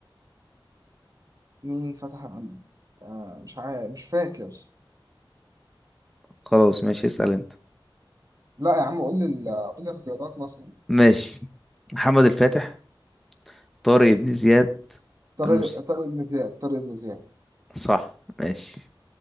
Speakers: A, on the right; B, in the centre.
A: مين فتح الأندلس آه، مش عارف مش فاكر
B: خلاص ماشي اسأل انت
A: لا يا عم قول لي ال- قول لي اختيارات مثلا
B: ماشي محمد الفاتح طارق بن زياد
A: طارق
B: المس
A: طارق بن زياد طارق بن زياد
B: صح ماشي